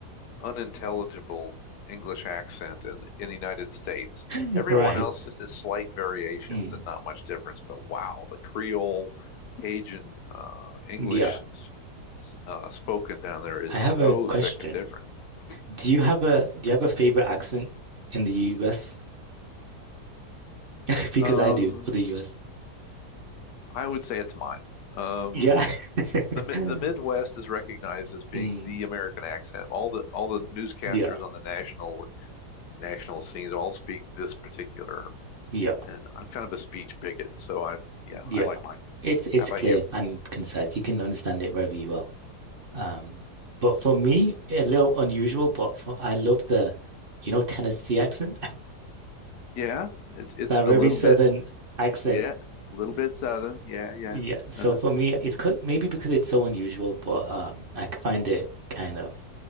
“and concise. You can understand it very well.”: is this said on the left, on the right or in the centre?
Right